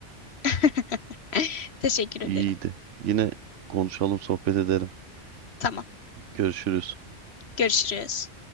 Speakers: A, on the left; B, on the right.
A: <laughs> Teşekkür ederim.
B: İyiydi. Yine konuşalım, sohbet edelim.
A: Tamam,
B: Görüşürüz.
A: görüşürüz.